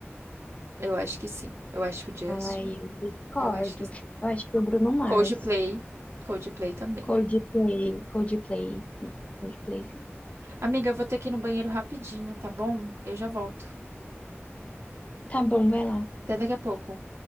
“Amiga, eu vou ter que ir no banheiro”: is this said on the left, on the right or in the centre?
Right